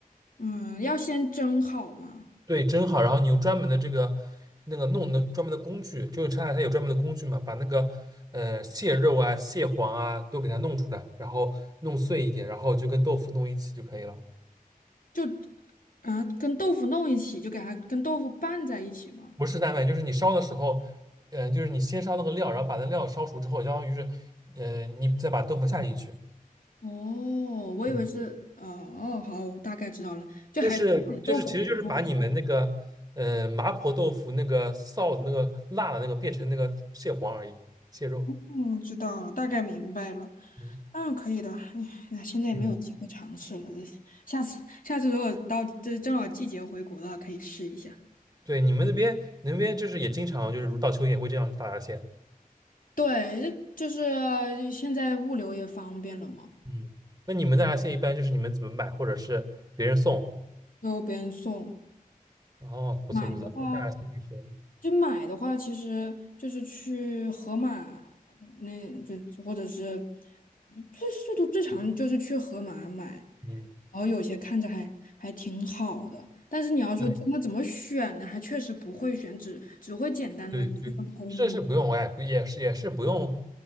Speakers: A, on the left (about 65°); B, on the right (about 25°).
A: 嗯，要先蒸好嘛，
B: 对，蒸好，然后你用专门的这个那个弄的专门的工具，就是大闸蟹有专门的工具嘛，把那个呃蟹肉啊、蟹黄啊都给它弄出来，然后弄碎一点，然后就跟豆腐弄一起就可以了。
A: 就啊跟豆腐弄一起，就给它跟豆腐拌在一起嘛。
B: 不是蛋白，就是你烧的时候，呃，就是你先烧那个料，然后把那料烧熟之后，相当于是，呃，你再把豆腐下进去，
A: 哦，我以为是，
B: 嗯，
A: 哦哦，好，我大概知道了，就还豆腐做。
B: 就是就是，其实就是把你们那个，呃，麻婆豆腐那个臊的那个辣的那个变成那个蟹黄而已，蟹肉。
A: 嗯，知道了，大概明白了。
B: 嗯
A: 嗯，可以的。哎，现在也没有机会尝试了，
B: 嗯，
A: 下次下次如果到这正好季节回国的话，可以试一下。
B: 对，你们那边那边就是也经常就是如到秋天会这样大闸蟹。
A: 对，就就是现在物流也方便了嘛，
B: 嗯，那你们大闸蟹一般就是你们怎么买，或者是别人送？
A: 就别人送。
B: 哦，不错不错，
A: 买的话，
B: 大闸蟹可以说，
A: 就买的话，其实就是去盒马，那就或者是最速度最长就是去盒马买，
B: 嗯，
A: 然后有些看着还还挺好的，但是你要说真的怎么选呢，
B: 对。
A: 还确实不会选，只只会简单的去分公母。
B: 对对，是是不用，我也不也是也是不用